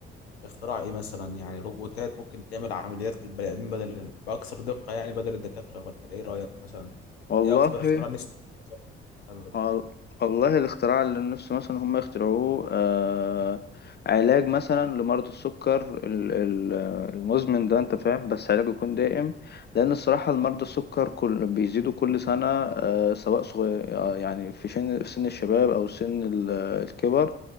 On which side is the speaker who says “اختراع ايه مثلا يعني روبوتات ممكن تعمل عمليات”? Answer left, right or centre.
Left